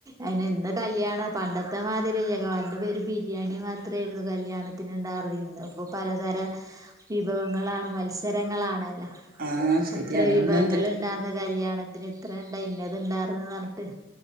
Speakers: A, on the right; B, on the right.
A: അയിന് എന്ന്കല്യാണം പണ്ടത്തെ മാതിരി ബിരിയാണി മാത്രമായിരുന്നു കല്യാണത്തിന് ഉണ്ടായിരുന്നുള്ളൂ ഇന്ന് ഇപ്പൊ പലതരം വിഭവങ്ങളാണ് മത്സരങ്ങൾ ആണല്ലോ
B: ആഹ് ശരിയാണ്
A: എത്ര വിഭവങ്ങൾ
B: ഇന്ന് എന്തൊക്കെ
A: ഉണ്ടാർന്നു കല്യാണത്തിന് ത്രണ്ടാ ഇന്നത് ഉണ്ടാർന്നു ന്ന് പറഞ്ഞിട്ട്